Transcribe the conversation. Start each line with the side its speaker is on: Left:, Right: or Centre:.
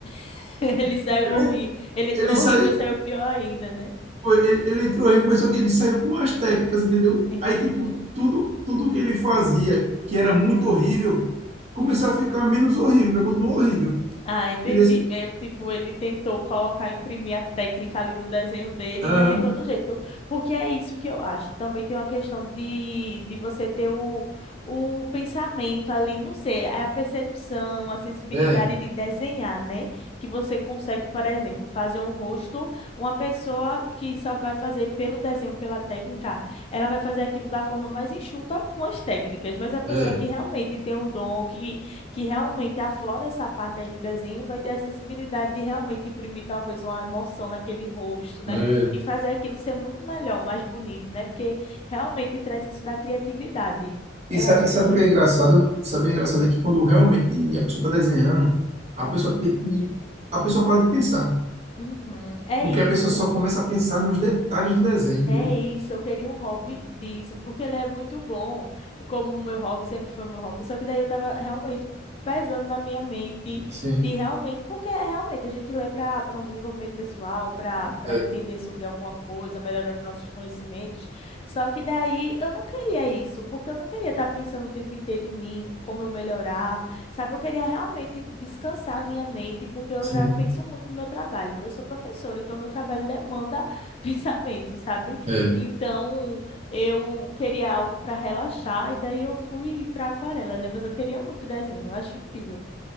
Left: <laughs> Ele saiu
Right: Ele,
Left: horrível. Ele entrou
Right: ele saiu,
Left: horrível e saiu pior ainda, né?
Right: foi- ele, ele entrou horrível, mas só que ele saiu com as técnicas, entendeu?
Left: Entendi.
Right: Aí, tipo, tudo, tudo que ele fazia, que era muito horrível, começou a ficar menos horrível, mas continuou horrível.
Left: Ah, entendi.
Right: E desse,
Left: Meio tipo, ele tentou colocar, imprimir a técnica ali no desenho dele,
Right: aham,
Left: mas de todo jeito. Porque é isso que eu acho. Também tem uma questão de, de você ter o, o pensamento ali, não sei, é a percepção, a sensibilidade
Right: é,
Left: de desenhar, né? Que você consegue, por exemplo, fazer um rosto, uma pessoa que só vai fazer pelo desenho, pela técnica, ela vai fazer aquilo da forma mais enxuta com as técnicas, mas a pessoa
Right: é.
Left: que realmente tem um dom, que que realmente aflora essa parte aí do desenho, vai ter a sensibilidade de realmente imprimir talvez uma emoção naquele rosto, né?
Right: É,
Left: E fazer aquilo ser muito melhor, mais bonito, né? Porque realmente traz isso da criatividade. Eu
Right: E, sa-
Left: acho
Right: e sabe
Left: que é
Right: o
Left: isso.
Right: que é engraçado? Sabe o que é engraçado é que quando realmente a pessoa está desenhando, a pessoa tem que. A pessoa para de pensar.
Left: Uhum, é
Right: Porque
Left: isso.
Right: a pessoa só começa a pensar nos detalhes do desenho, entendeu?
Left: É isso, eu queria um hobby disso, porque ele é muito bom, e como o meu hobby sempre foi meu hobby, só que daí eu tava realmente pesando na minha mente
Right: sim,
Left: de realmente, porque é realmente a gente lê para para um desenvolvimento pessoal, para para
Right: é,
Left: entender sobre alguma coisa, melhorar os nossos conhecimentos. Só que daí eu não queria isso, porque eu não queria estar pensando o tempo inteiro em mim, como eu melhorar, sabe? Eu queria realmente descansar a minha mente, porque eu
Right: Sim.
Left: já penso muito no meu trabalho. Eu sou professora, então meu trabalho demanda <laughs> pensamento, sabe?
Right: é.
Left: Então, eu queria algo para relaxar e daí eu fui para aquarela, né? Mas eu queria muito desenho, eu acho incrível